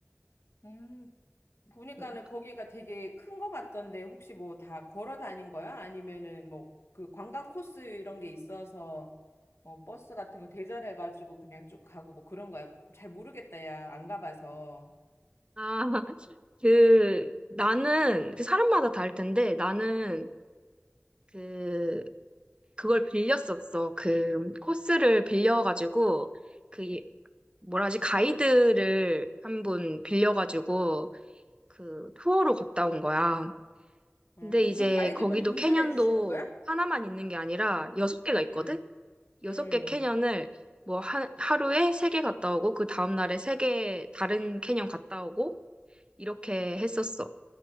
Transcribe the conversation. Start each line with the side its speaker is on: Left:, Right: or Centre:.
Left: 음. 보니까는
Right: 응.
Left: 거기가 되게 큰 거 같던데 혹시 뭐 다 걸어 다닌 거야? 아니면은 뭐 그 관광 코스 이런 게 있어서 어, 버스 같은 거 대절해가지고 그냥 쭉 가고 뭐 그런 거야? 잘 모르겠다, 야. 안 가봐서.
Right: 아, <laughs> 그 나는 그 사람마다 다를 텐데 나는 그 그걸 빌렸었어 그 코스를 빌려가지고 그 이- 뭐라지 가이드를 한 분 빌려가지고 그 투어로 갔다 온 거야
Left: 음,
Right: 근데
Left: 그럼
Right: 이제
Left: 그 가이드분이
Right: 거기도
Left: 운전해
Right: 캐년도
Left: 주시는 거야?
Right: 하나만 있는 게 아니라 여섯 개가
Left: 음,
Right: 있거든? 여섯
Left: 음.
Right: 개 캐년을 뭐 하, 하루에 세 개 갔다 오고 그 다음 날에 세 개 다른 캐년 갔다 오고 이렇게 했었어.